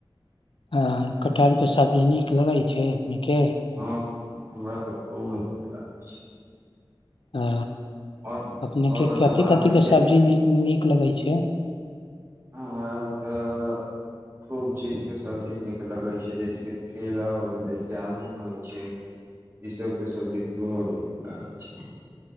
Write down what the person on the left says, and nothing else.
आ कटहर के सब सबजी नीक लगै छै। नीके
आ,
अपने
के
कथिी
कथी के सब्जी नीक नीक लगै छै। छ